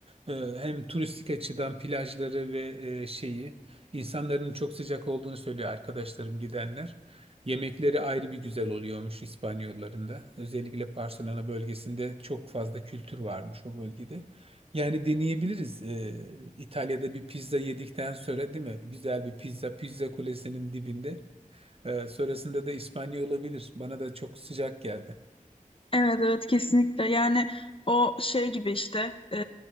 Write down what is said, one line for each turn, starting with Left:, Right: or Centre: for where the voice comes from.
Right: E, hem turistik açıdan plajları ve e, şeyi insanların çok sıcak olduğunu söylüyor arkadaşlarım gidenler. Yemekleri ayrı bir güzel oluyormuş İspanyolların da. Özellikle Barcelona bölgesinde çok fazla kültür varmış o bölgede. Yani deneyebiliriz. E, İtalya'da bir pizza yedikten sonra değil mi? Güzel bir pizza, pizza kulesinin dibinde. Ee, sonrasında da İspanya olabilir. Bana da çok sıcak geldi.
Left: Evet evet kesinlikle yani o şey gibi işte e,